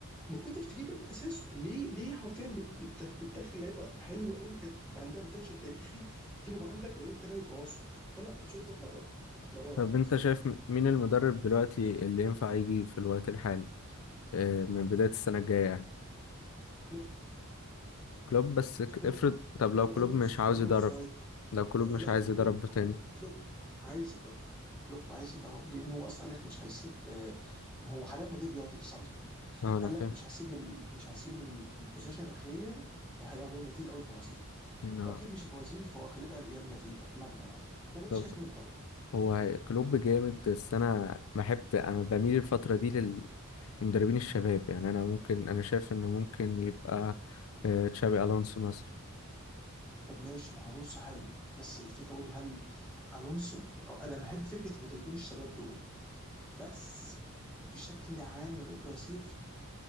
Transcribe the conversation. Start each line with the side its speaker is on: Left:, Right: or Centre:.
Centre: ما كنتش تجيبها من اساسه ليه ليه حرفيا بت- بتدخ- بتدخل لعيبه حلوه قوي كانت عندها بوتنشال تاريخي تجيبهم عندك لو انت ناوي تبوظهم فلا انشوت تطلع بره اطلع بره
Left: طب
Centre: يا مان
Left: انت
Centre: سوري
Left: شايف م- مين المدرب دلوقتي اللي ينفع يجي في الوقت الحالي آه، من بداية السنة الجاية يعني
Centre: كلوب
Left: كلوب بس ك-
Centre: كلوب
Left: افرض طب لو
Centre: او
Left: كلوب
Centre: الونسو
Left: مش عاوز
Centre: او الونسو
Left: يدرب
Centre: عادي
Left: لو كلوب مش
Centre: لا, لا
Left: عايز
Centre: هو كلوب
Left: يدرب تاني
Centre: هو كلوب عايز يدرب كلوب عايز يدرب لان هو اصلا قال لك مش هيسيب آه، هو حاليا مدير رياضي في سالزبورج
Left: اه انا
Centre: قال
Left: فاهم
Centre: لك مش هيسيب ال... مش هيسيب ال- البوزيشن الاخير لو هيلعب ريال مدريد او البرازيل
Left: آه،
Centre: واكيد مش البرازيل فهو غالبا ريال مدريد اتمنى يعني طب انت
Left: طب
Centre: شايف مين طيب؟
Left: هو كلوب جامد بس انا بحب انا بميل الفترة دي للمدربين الشباب يعني انا ممكن انا شايف انه ممكن يبقى آه، تشابي الونسو مثلا
Centre: طب ماشي ما هو الونسو حلو بس الفكره برضه هل الونسو انا بحب فكره مدربين الشباب دول بس بشكل عام يا برضه يا سيف